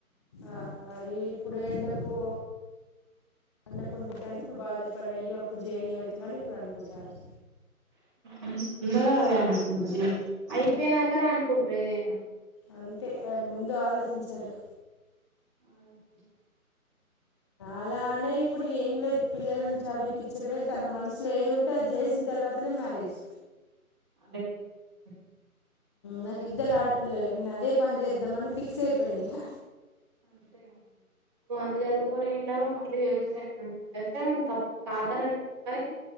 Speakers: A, on the left; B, on the right.
A: ఆ అ ఇప్పుడు ఎండకు అంన కుంట ఇ అే ఇప్పు బాధపడయో అప్పుడు జేన్ ఏ అతేవ అని ఇడు అ కుడార్
B: అందా అదే అనుకుంటారు అయిపోయినాకని అనుకుంటారు ఏదేనా
A: అంతే ముందు ఆలోచించారు
B: ఆ రచించాల
A: అలానే ఇప్పుడు ఏం లేదు పిల్లలను చదివిపించడమే తన మనసులో ఏదు ఉంటే అది చేసిన తర్వాతనే మ్యారేజ్
B: అదే కరెక్ట్ మరి
A: నాకు ఇద్దరు ఆడపిల్లలే నేను అదే పని చేద్దామని ఫిక్స్ అయిపోయిను ఇక
B: అంతే అడి నువ్వు అంత చదువుకునిలావు మళ్ళీ వ్యవసాయం వ్యవసాయం తప్పు కాద అనట్లేదు కానీ